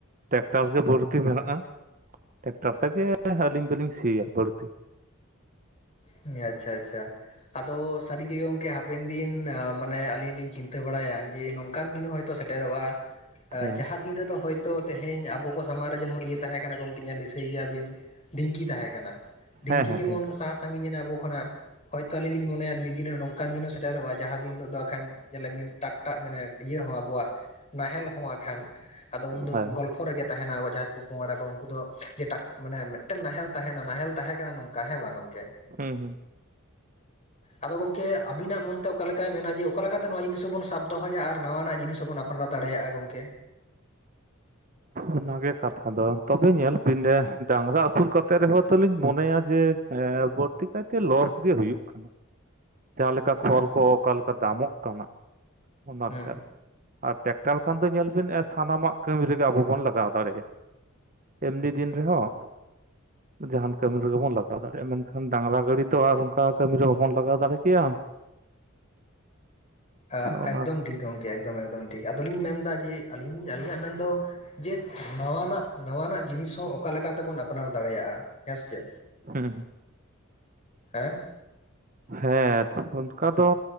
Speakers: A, on the right (about 40°); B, on the left (about 35°).
A: ᱴᱮᱠᱴᱟᱨ ᱜᱮ ᱵᱟᱹᱲᱛᱤ ᱢᱮᱱᱟᱜᱼᱟ᱾ ᱴᱮᱠᱴᱟᱨ ᱛᱮᱜᱮ ᱟᱹᱞᱤᱧ ᱫᱚᱞᱤᱧ ᱥᱤᱭᱟ ᱵᱟᱹᱲᱛᱤ᱾
B: ᱦᱩᱸ ᱟᱪᱪᱷᱟ ᱟᱪᱪᱷᱟ᱾ ᱟᱫᱚ ᱥᱟᱹᱨᱤ ᱜᱮ ᱜᱚᱢᱠᱮ ᱦᱟᱯ ᱦᱟᱯᱮᱱ ᱫᱤᱱ ᱢᱟᱱᱮ ᱟᱹᱞᱤᱧ ᱞᱤᱧ ᱪᱤᱱᱛᱟᱹ ᱵᱟᱲᱟᱭᱟ ᱡᱮ ᱱᱚᱝᱠᱟᱱ ᱫᱤᱱ ᱦᱚᱭᱛᱚ ᱥᱮᱴᱮᱨᱚᱜᱼᱟ᱾
A: ᱦᱮᱸ
B: ᱡᱟᱦᱟᱸ ᱫᱤᱱ ᱨᱮᱫᱚ ᱦᱚᱳᱭᱛᱳ ᱛᱮᱦᱤᱧ ᱟᱵᱚ ᱠᱚ ᱥᱟᱢᱟᱝ ᱨᱮ ᱡᱮᱢᱚᱱ ᱤᱭᱟᱹ ᱛᱟᱸᱦᱮ ᱠᱟᱱᱟ ᱜᱚᱢᱠᱮ ᱧᱮᱞ ᱫᱤᱥᱟᱹᱭ ᱜᱮᱭᱟᱵᱤᱱ ᱰᱷᱤᱝᱠᱤ ᱛᱟᱦᱮᱸ ᱠᱟᱱᱟ, ᱰᱷᱤᱝᱠᱤ
A: ᱦᱮᱸ ᱦᱮᱸ
B: ᱡᱮᱢᱚᱱ
A: ᱴᱷᱤᱠ
B: ᱥᱟᱦᱟ ᱥᱟᱺᱜᱤᱧ ᱮᱱᱟ ᱟᱵᱚ ᱠᱷᱚᱱᱟᱜ ᱦᱳᱭᱛᱳ ᱟᱹᱞᱤᱧ ᱞᱤᱧ ᱢᱚᱱᱮᱭᱟ ᱢᱤᱫ ᱫᱤᱱ ᱦᱤᱞᱳ ᱱᱚᱝᱠᱟᱱ ᱫᱤᱱ ᱦᱚᱸ ᱥᱮᱴᱮᱨᱚᱜᱼᱟ, ᱡᱟᱦᱟᱸ ᱫᱤᱱᱤᱞᱳᱜ ᱫᱚ ᱠᱷᱟᱱ ᱡᱮᱞᱮᱵᱤᱱ ᱴᱟᱠ-ᱴᱟᱜ ᱢᱟᱱᱮ ᱤᱭᱟᱹ ᱦᱚᱸ ᱟᱵᱚᱣᱟᱜ ᱱᱟᱦᱮᱞ ᱟᱠᱷᱟᱱ ᱟᱫᱚ ᱩᱱᱫᱚ
A: ᱦᱮᱸ
B: ᱜᱚᱞᱯᱚ ᱯᱚ ᱨᱮᱜᱮ ᱛᱟᱦᱮᱱᱟ ᱟᱵᱚ ᱡᱟᱦᱟᱸᱭ ᱯᱚ ᱯᱚᱝᱲᱟ ᱠᱚ ᱩᱱᱠᱩ ᱫᱚ ᱡᱮ ᱴᱟ ᱢᱟᱱᱮ ᱢᱤᱫᱴᱮᱱ ᱱᱟᱦᱮᱞ ᱛᱟᱦᱮᱱᱟ ᱱᱟᱦᱮᱞ ᱛᱟᱦᱮᱸ ᱠᱟᱱᱟ ᱱᱚᱝ ᱠᱟ ᱦᱮᱸ ᱵᱟᱝ ᱜᱚᱢᱠᱮ?
A: ᱦᱮᱸ ᱦᱩᱸ᱾
B: ᱟᱫᱚ ᱜᱚᱢᱠᱮ ᱟᱵᱤᱱᱟᱜ ᱢᱚᱱ ᱛᱮ ᱚᱠᱟ ᱞᱮᱠᱟᱭ ᱢᱮᱱᱟ ᱡᱮ ᱚᱠᱟ ᱞᱮᱠᱟᱛᱮ ᱱᱚᱣᱟ ᱡᱤᱱᱤᱥ ᱦᱚᱸᱵᱚᱱ ᱥᱟᱵ ᱫᱚᱦᱚᱭᱟ ᱟᱨ ᱱᱟᱣᱟᱱᱟᱜ ᱡᱤᱱᱤᱥ ᱦᱚᱵᱚᱱ ᱟᱯᱱᱟᱨ ᱫᱟᱲᱮᱭᱟᱜᱼᱟ ᱜᱚᱝᱠᱮ?
A: ᱚᱱᱟᱜᱮ ᱠᱟᱛᱷᱟ ᱫᱚ ᱛᱚᱵᱮ ᱧᱮᱞ ᱵᱤᱱ ᱰᱟᱝᱨᱟ ᱟᱹᱥᱩᱞ ᱠᱟ ᱠᱟᱛᱮ ᱨᱮᱦᱚᱸ ᱛᱚᱞᱤᱧ ᱢᱚᱱᱮᱭᱟ ᱡᱮ ᱮᱸ ᱵᱟᱹᱲᱛᱤ ᱠᱟᱭᱛᱮ ᱞᱚᱥ ᱜᱮ ᱦᱩᱭᱩᱜ ᱠᱟᱱᱟ᱾ ᱡᱟᱸᱦᱟ ᱞᱮᱠᱟ ᱠᱷᱚᱨ ᱠᱚ ᱚᱠᱟᱞᱮᱠᱟ ᱫᱟᱢᱚᱜ ᱠᱟᱱᱟ, ᱚᱱᱟ
B: ᱦᱩᱸ
A: ᱞᱮᱠᱟᱨᱮ ᱟᱨ ᱴᱮᱠᱴᱟᱨ ᱠᱷᱟᱱ ᱫᱚ ᱧᱮᱞ ᱵᱤᱱᱼᱟ ᱥᱟᱱᱟᱢᱟᱜ ᱠᱟᱹᱢᱤ ᱨᱮᱜᱮ ᱟᱵᱚ ᱵᱚᱱ ᱞᱟᱜᱟᱣ ᱫᱟᱲᱮᱭᱟᱜᱼᱟ᱾ᱮᱢᱱᱤ ᱫᱤᱱ ᱨᱮᱦᱚᱸ ᱡᱟᱦᱟᱱ ᱠᱟᱹᱢᱤ ᱨᱮᱜᱮ ᱵᱚᱱ ᱞᱟᱜᱟᱣ ᱫᱟᱲᱮᱭᱟᱜᱼᱟ ᱢᱮᱱᱠᱷᱟᱱ ᱰᱟᱝᱨᱟ ᱜᱟᱹᱰᱤᱤ ᱛᱚ ᱟᱨ ᱚᱱᱠᱟ ᱠᱟᱹᱢᱤᱤᱨ ᱨᱮ ᱵᱟᱵᱚᱱ ᱞᱟᱜᱟᱣ ᱫᱟᱲᱮ ᱠᱮᱭᱟ?
B: ᱟᱜ
A: ᱚᱱᱟ
B: ᱮᱠᱫᱚᱢ ᱴᱷᱤᱠ ᱜᱚᱢᱠᱮ ᱮᱠᱫᱚᱢ ᱮᱠᱫᱚᱢ ᱴᱷᱤᱠ ᱟᱫᱚᱞᱤᱧ ᱢᱮᱱᱫᱟ ᱡᱮ ᱟᱹᱞᱤᱧ ᱟᱹᱞᱤᱧᱟᱜ ᱢᱮᱱᱫᱚ ᱡᱮ ᱱᱟᱣᱟᱱᱟᱜ, ᱱᱟᱣᱟᱱᱟᱜ ᱡᱤᱱᱤᱥ ᱦᱚᱸ ᱚᱠᱟᱮᱠᱟ ᱛᱮᱵᱚᱱ ᱟᱯᱱᱟᱨ ᱫᱟᱲᱮᱭᱟᱜᱼᱟ ᱦᱮᱸ ᱥᱮ ᱪᱮ?
A: ᱦᱩᱸ ᱦᱩᱸ᱾
B: ᱦᱮᱸ?
A: ᱦᱮᱸ ᱚᱱᱠᱟ ᱫᱚ